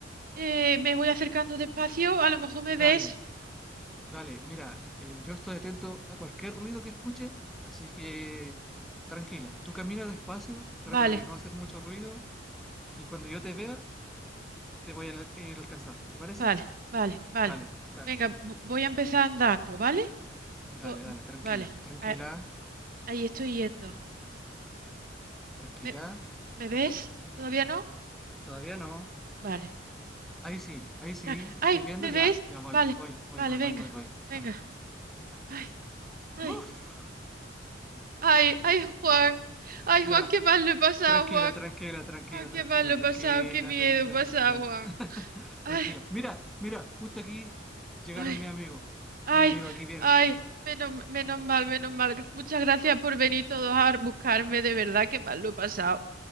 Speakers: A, on the right (about 50°); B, in the centre.
A: eh, me voy acercando despacio, a lo mejor me
B: Dale,
A: ves.
B: dale, mira, eh, yo estoy atento a cualquier ruido que escuche, así que tranquila, tú camina despacio, trata
A: Vale,
B: de no hacer mucho ruido y cuando yo te vea te voy a al- ir a alcanzar, ¿te parece?
A: vale, vale, vale.
B: Dale, dale,
A: Venga, vo- voy a empezar andando, ¿vale?
B: dale,
A: Vo-
B: dale, tranquila,
A: vale,
B: tranquila,
A: a- ahí estoy yendo.
B: tranquila,
A: ¿Me, me ves? ¿Todavía no?
B: todavía no.
A: Vale.
B: Ahí sí, ahí sí,
A: Ah,
B: te
A: Ay,
B: estoy viendo,
A: ¿bebés?
B: ya, ya voy,
A: Vale,
B: voy, voy,
A: vale,
B: voy,
A: venga,
B: voy, voy, voy.
A: venga.
B: <laughs>
A: Ay, ay,
B: Uf.
A: ay, ay, Juan. Ay,
B: Ya,
A: Juan, qué mal lo he pasado,
B: tranquila,
A: Juan.
B: tranquila, tranquila,
A: Ay, qué
B: tranquila,
A: mal lo
B: tranquila,
A: he pasado, qué miedo
B: venga,
A: he pasado,
B: tranquila,
A: Juan. Ay,
B: tranquila. Mira, mira, justo aquí llegaron
A: ay,
B: mis amigos.
A: ay,
B: Mis amigos aquí vienen.
A: ay. Menos, menos mal, menos mal. Gr- Muchas gracias por venir todos a buscarme, de verdad, qué mal lo he pasado.